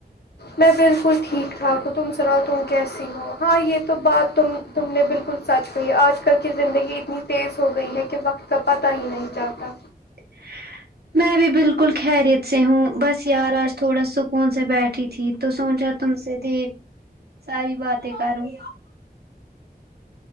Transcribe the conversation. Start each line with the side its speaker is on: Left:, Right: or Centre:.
Left: میں بالکل ٹھیک ٹھاک ہوں تم سناؤ تم کیسی ہو ہاں یہ تو بات تم تم نے بالکل سچ کہی آج کل کی زندگی اتنی تیز ہو گئی ہے کہ وقت کا پتہ ہی نہیں چلتا
Right: ہ میں بھی بالکل خریت سے ہوں بس یار آج تھوڑا سکون سے بیٹھی تھی تو سوچا تم سے ڈھیر ساری باتیں کروں